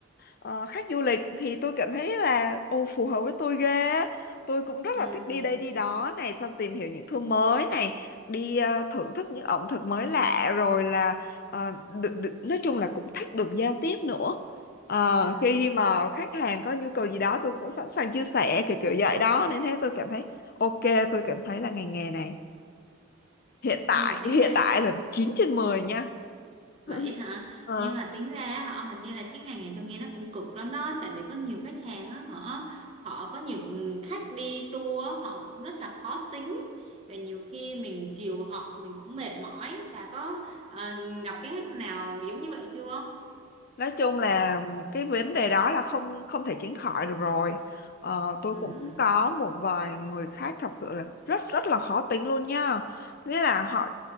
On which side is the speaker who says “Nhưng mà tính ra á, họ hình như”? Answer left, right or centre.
Right